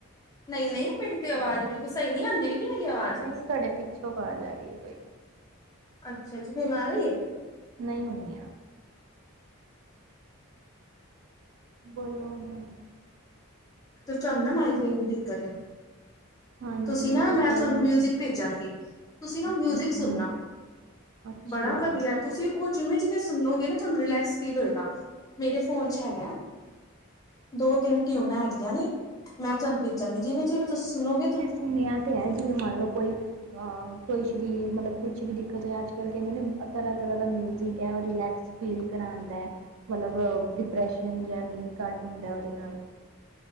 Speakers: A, on the left; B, on the right.
A: ਨਈ-ਨਈ, ਮੇਰੀ ਤੇ ਆਵਾਜ਼ ਬਿਲਕੁਲ ਸਈ ਨੀ ਆਂਦੀ ਵੀ ਕੀ ਮੇਰੀ ਆਵਾਜ਼
B: ਨਈ, ਤੁਆਡੇ ਪਿੱਛੋਂ ਵਾਜ ਆਰੀ ਏ ਕੋਈ।
A: ਅੱਛਾ-ਅੱਛਾ <unintelligible>
B: ਨਈ ਹੁਨ ਨੀ। ਬੋਲੋ ਹੁਨ।
A: ਫੇਰ ਤੂਹਾਨੂ ਨਾ ਮਾਈਗ੍ਰੇਨ ਦੀ ਦਿੱਕਤ ਏ।
B: ਹਾਂਜੀ
A: ਤੁਸੀਂ ਨਾ, ਮੈਂ
B: ਕੋਈ
A: ਥੂਆਨੂੰ
B: ਨਹੀਂ
A: ਮਿਊਜਿ਼ਕ ਭੇਜਾਂਗੀ। ਤੁਸੀ ਨਾ
B: ਅੱਛਾ
A: ਮਿਊਜ਼ਿਕ
B: ਅੱਛਾ
A: ਸੁਨਾ,
B: ਅੱਛਾ
A: ਬੜਾ ਵਦੀਐ ਤੁਸੀਂ ਓ ਜਿਵੇਂ-ਜਿਵੇਂ ਸੁਨੋਗੇ ਨਾ ਤੁਆਨੂੰ ਰਿਲੈਕਸ ਫੀਲ ਹੋਏਗਾ, ਮੇਰੇ ਫੋਨ
B: ਅੱਛਾ
A: ਚ ਹੈਗੈ।
B: ਅੱਛਾ
A: ਦੋ ਤਿੰਨ ਟਿਊਨਾਂ ਹੈਗੀਆਂ ਨੇ, ਮੈਂ ਤੁਹਾਨੂੰ ਭੇਜਾਂਗੀ, ਜਿਵੇਂ-ਜਿਵੇਂ ਤੁਸੀਂ ਸੁਣੋਗੇ
B: ਹੁੰਨੀਆਂ ਤੇ ਹੈ, ਜਿਵੇਂ ਮਾੰਨ ਲੋ ਕੋਈ ਆ, ਕੋਈ ਸ਼ਰੀਰ ਮਲਬ ਕੁਛ ਵੀ ਦਿੱਕਤ ਆੱਜ-ਕਲ ਕੈਂਦੇ ਤਰਾਂ-ਤਰਾਂ ਦਾ ਮਿਊਜਿਕ ਐ ਰਿਲੈਕਸ ਫੀਲ ਕਰਾਂਦੈ, ਮਲਬ ਡਿਪਰੈਸ਼ਨ ਜਾ ਨਈ ਘਾੱਟ ਹੁੰਦੈ ਓਦੇ ਨਾਲ।